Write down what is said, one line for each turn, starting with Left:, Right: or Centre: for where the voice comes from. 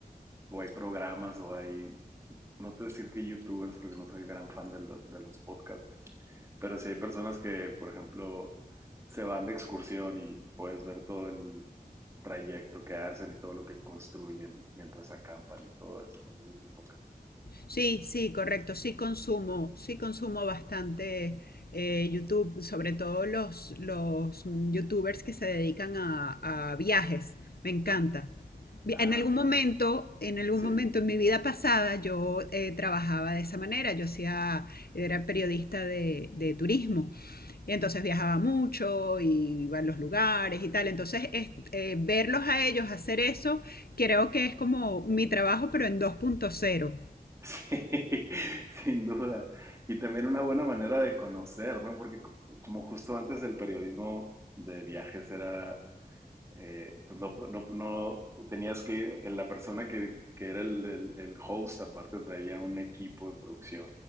Right: o hay programas o hay... No te voy a decir que youtubers, porque no soy gran fan del- de los podcasts, Pero si hay personas que, por ejemplo, se van de excursión y puedes ver todo el trayecto que hacen y todo lo que construyen mientras acampan y todo eso, no sé si te toca.
Left: Sí, sí, correcto. Sí consumo, sí consumo bastante eh, YouTube, sobre todo los, los mm, YouTubers que se dedican a, a viajes. Me encanta. Vi-
Right: Ah,
Left: En algún
Right: mira,
Left: momento, en algún
Right: sí,
Left: momento en mi vida pasada, yo eh, trabajaba de esa manera. Yo hacía, era periodista de, de turismo. Y entonces viajaba mucho, y iba a los lugares y tal. Entonces, es- eh, verlos a ellos hacer eso, creo que es como mi trabajo, pero en dos punto cero.
Right: <laughs> sí, sin duda. Y también una buena manera de conocer, ¿no? Porque co- como justo antes el periodismo de viajes era, eh, pues no, no, no- tenías que, la persona que, que era el, el el host aparte traía un equipo de producción